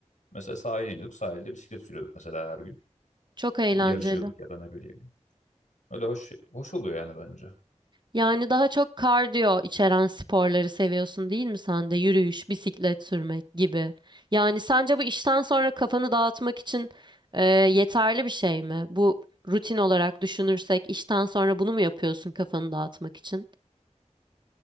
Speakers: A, on the left; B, on the right.
A: Mesela sahile iniyorduk. Sahilde bisiklet sürüyorduk mesela her gün.
B: Çok eğlenceli.
A: Yarışıyorduk ya da ne bileyim. Öyle hoş hoş oluyor yani bence.
B: Yani daha çok kardiyo içeren sporları seviyorsun değil mi sen de? Yürüyüş, bisiklet sürmek gibi. Yani sence bu işten sonra kafanı dağıtmak için e, yeterli bir şey mi? Bu rutin olarak düşünürsek işten sonra bunu mu yapıyorsun kafanı dağıtmak için?